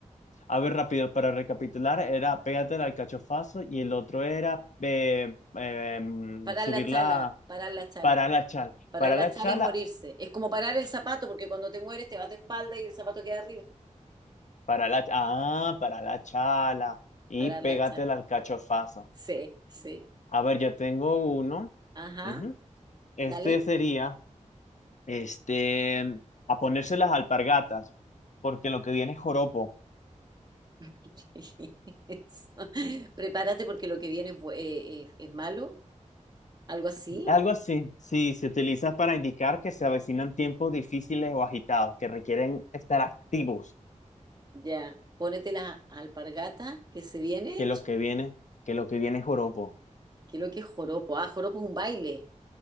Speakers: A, on the left; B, on the right.
A: A ver, rápido, para recapitular, era pégate al alcachofazo y el otro era eh, em,
B: parar
A: subir
B: la chala,
A: la,
B: parar la chala.
A: Para la chala,
B: Parar
A: para
B: la
A: la
B: chala
A: chala,
B: es morirse. Es como parar el zapato, porque cuando te mueres te vas de espalda y el zapato queda arriba.
A: para la, ah, para la chala. Y
B: Parar
A: pégate
B: la chala.
A: la alcachofazo.
B: Sí, sí.
A: A ver, yo tengo uno.
B: Ajá,
A: Ujú. Este
B: dale.
A: sería, este, a ponerse las alpargatas, porque lo que viene es joropo.
B: <laughs> Eso. Prepárate porque lo que viene es, bu- eh, eh, es malo, algo así.
A: Algo así, sí, se utiliza para indicar que se avecinan tiempos difíciles o agitados, que requieren estar activos,
B: Ya, pónete las alpargatas que se viene.
A: que lo que viene, que lo que viene es joropo.
B: ¿Qué es lo que es joropo? Ah, joropo es un baile.